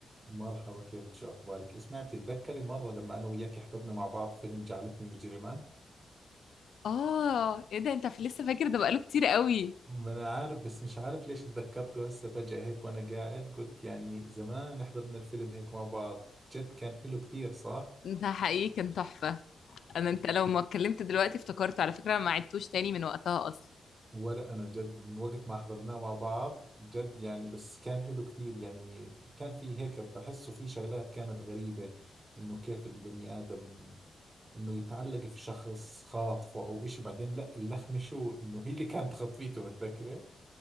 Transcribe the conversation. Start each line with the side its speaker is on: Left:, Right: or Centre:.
Right: مرحبا كيفك شو أخبارك؟ اسمعي بتتذكري مرة لما أنا وياك حضرنا مع بعض فيلم جعلتني مجرما؟
Left: اه ايه ده انت ف- لسه فاكر ده بقاله كتير قوي
Right: ما أنا عارف بس مش عارف ليش تذكرته هسه فجأة هيك وأنا قاعد قلت يعني زمان حضرنا الفيلم هيك مع بعض جد كان حلو كثير صح؟
Left: انت حقيقي كان تحفة انا انت لو ما اتكلمت دلوقتي افتكرت على فكرة انا ما عدتوش تاني من وقتها اصلا
Right: ولا أنا جد من وقت ما حضرناه مع بعض جد يعني بس كان حلو كثير يعني كان في هيك بحسه في شغلات كانت غريبة إنه كيف البني آدم انه يتعلق في شخص خاطفه او اشي بعدين لا اللخمة شو انه هي اللي كانت خطفيته متذكرة